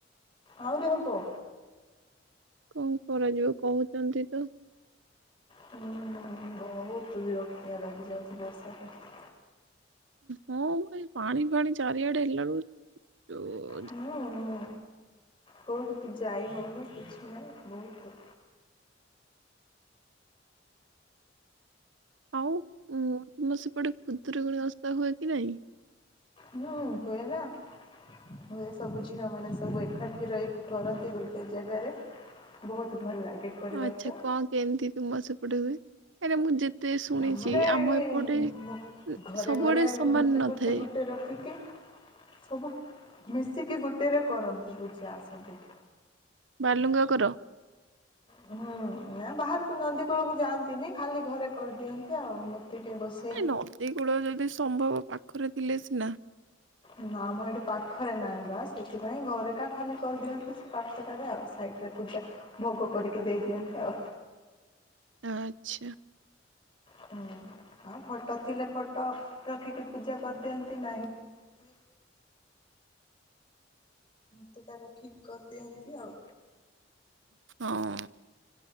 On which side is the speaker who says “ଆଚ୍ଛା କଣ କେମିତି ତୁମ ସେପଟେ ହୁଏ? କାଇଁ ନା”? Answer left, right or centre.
Right